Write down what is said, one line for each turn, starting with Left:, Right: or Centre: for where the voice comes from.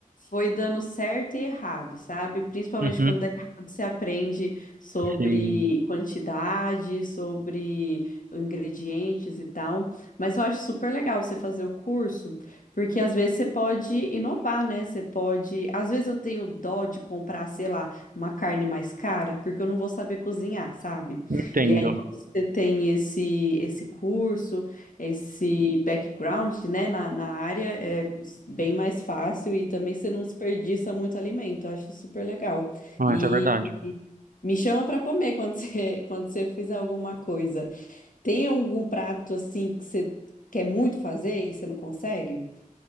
Left: foi dando certo e errado, sabe? Principalmente
Right: Uhum,
Left: quando dá errado, você aprende sobre
Right: sim.
Left: quantidade, sobre ingredientes e tal. Mas eu acho super legal você fazer o curso, porque às vezes você pode inovar, né? Você pode. Às vezes eu tenho dó de comprar, sei lá, uma carne mais cara, porque eu não vou saber cozinhar, sabe?
Right: Entendo.
Left: E aí, quando você tem esse, esse curso esse background, né, na, na área é bem mais fácil e também você não desperdiça muito alimento. Eu acho super legal.
Right: Ah,
Left: E
Right: isso é verdade.
Left: me chama para comer quando <laughs> você, quando você fizer alguma coisa. Tem algum prato assim que você quer muito fazer e você não consegue?